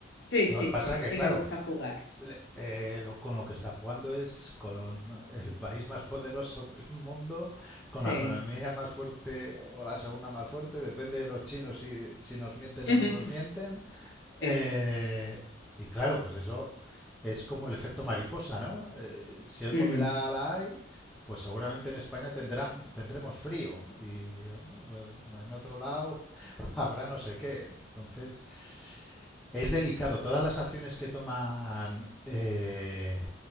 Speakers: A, on the left; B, in the centre.
A: sí,
B: Lo
A: sí,
B: que pasa
A: sí,
B: es
A: sí
B: que, claro,
A: le gusta jugar,
B: eh, lo, con lo que está jugando es con el país más poderoso del mundo, con
A: sí,
B: la economía más fuerte o la segunda más fuerte, depende de los chinos si, si nos mienten
A: <laughs>
B: o no nos mienten. Eh,
A: sí,
B: y claro, pues eso es como el efecto mariposa, ¿no? Eh, si él
A: mm,
B: mueve la, la AI, pues seguramente en España tendrán, tendremos frío y eh, o en otro lado <laughs> habrá no sé qué. Entonces, es delicado. Todas las acciones que toman eh,